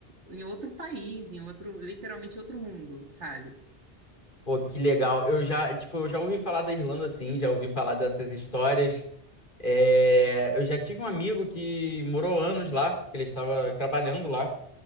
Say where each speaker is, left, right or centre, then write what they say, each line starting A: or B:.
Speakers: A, on the right; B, on the left.
A: em outro país, em outro, literalmente outro mundo, sabe?
B: Pô, que legal. Eu já, tipo, eu já ouvi falar da Irlanda, assim já ouvi falar dessas histórias. É, eu já tive um amigo que morou anos lá, que ele estava trabalhando lá.